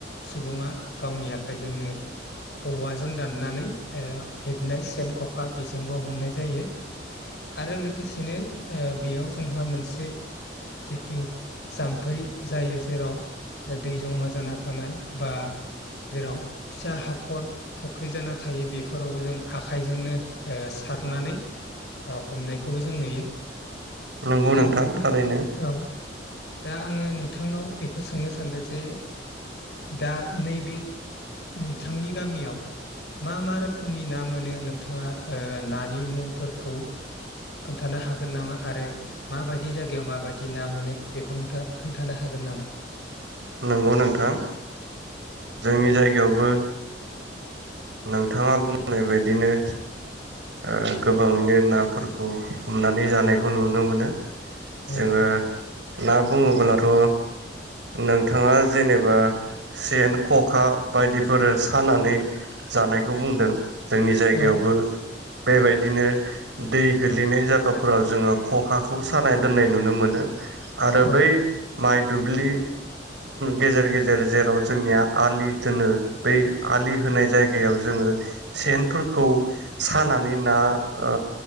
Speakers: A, on the left; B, on the right.
A: सुबुङा गावनि आखाइजोंनो औवाजों दाननानै हेबनाय सेन खखा बेजोंबो हमनाय जायो आरो लोगोसेनो ओ बेयाव जोंहा मोनसे जिथु जाम्फै जायो जेराव दै जमा जाना थानाय बा जेराव फिसा हाखर फुख्रि जाना थानाय थायो बेफोरावबो जों आखाइजोंनो ओ सारनानै हमनायखौबो जों नुयो
B: नंगौ
A: दा
B: नोंथां थारैनो
A: औ दा आङो नोंथांनाव बेखौ सोंनो सानदों जे दा नैबे नोंथांनि गामियाव मा मा रोखोमनि ना मोनो नोंथाङा ओ नानि मुंफोरखौ खोन्थानो हागोन नामा आरो माबायदि जायगायाव माबायदि ना मोनो बेखौ नोंथाङ खोन्थानो हागोन नामा
B: नंगौ नोंथां जोंनि जायगायावबो नोंथाङा बुंनायबायदिनो ओ गोबाङैनो नाफोरखौ हमनानै जानायखौ नुनो मोनो
A: औ
B: जोङो ना बुङोब्लाथ' नोंथाङा जेनेबा सेन खखा बायदिफोर सानानै जानायखौ बुंदों जोंनि जायगायावबो
A: औ
B: बेबायदिनो दै गोल्लैनाय जायगाफोराव जोङो खखाखौ सानाय दोननाय नुनो मोनो आरो
A: औ
B: बै माइ दुब्लि गेजेर गेजेर जेराव जोंनिया आलि दोनो बै आलि होनाय जायगायाव जोङो सेनफोरखौ सानानै ना ओ